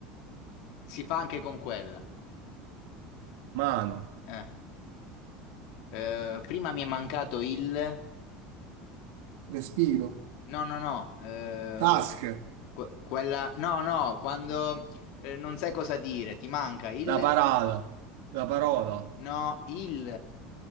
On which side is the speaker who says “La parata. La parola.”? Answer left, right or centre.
Right